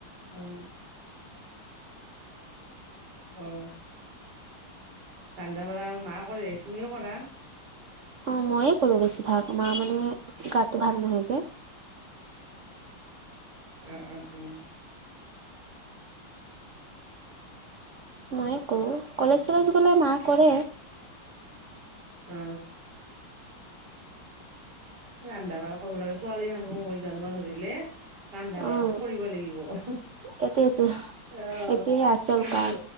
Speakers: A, on the right (about 50°); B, on the right (about 65°).
A: অ অ ৰান্ধা বাঢ়া মা কৰে তুমিও কৰা?
B: অ মইয়ে কৰো বেছিভাগ মা মানে গাটো ভাল নহয় যে
A: অ অ উম
B: ময়ে কৰো কলেজ চলেজ গ'লে মা কৰে
A: অ এ ৰান্ধা বাঢ়া কৰিব লাগে ছোৱালী মানুহ হৈ জন্ম ধৰিলে ৰান্ধা বাঢ়াটো
B: অ
A: কৰিবই লাগিব
B: এইটোৱেতো
A: অ
B: এইটোৱে আচল
A: পিছ
B: কাম